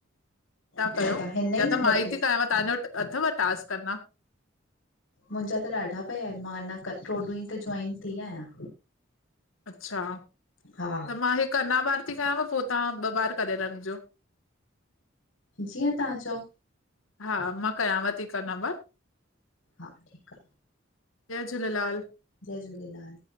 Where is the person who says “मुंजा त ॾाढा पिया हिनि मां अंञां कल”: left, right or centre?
Left